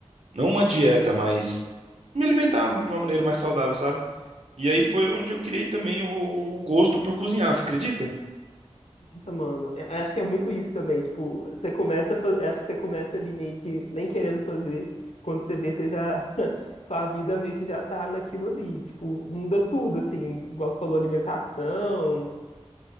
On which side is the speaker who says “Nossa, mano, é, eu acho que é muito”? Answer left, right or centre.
Left